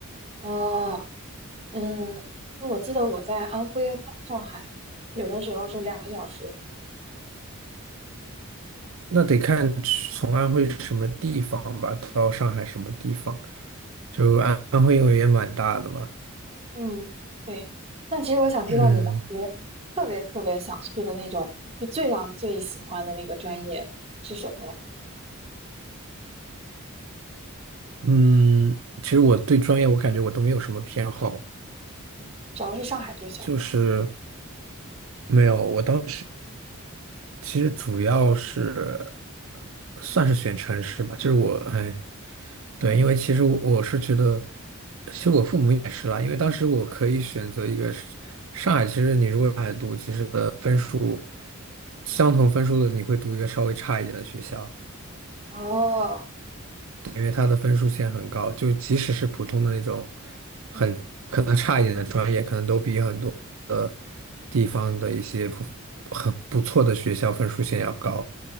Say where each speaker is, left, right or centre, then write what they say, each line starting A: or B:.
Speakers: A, on the right; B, on the right.
A: 哦，嗯，我记得我在安徽到上海，有的时候是两个小时。
B: 那得看从安徽什么地方吧，到上海什么地方。就安安徽，
A: 嗯
B: 因为也蛮大的嘛。
A: 嗯，对。那其实我想知道你当时特别特别想去的那种，
B: 嗯
A: 就最想最喜欢的那个专业是什么呀？
B: 嗯，其实我对专业，我感觉我都没有什么偏好，
A: 嗯，只要是上海就行。
B: 就是没有。我当其实主要是算是选城市吧，就是我哎，对，
A: 嗯，
B: 因为其实我我是觉得，其实我父母也是啦，因为当时我可以选择一个是上海，其实你如果上读，其实的分数相同分数的你会读一个稍微差一点的学校，
A: 哦，
B: 因为它的分数线很高，就即使是普通的那种很可能差一点的专业，
A: 嗯
B: 可能都比很多的地方的一些不很不错的学校分数线要高。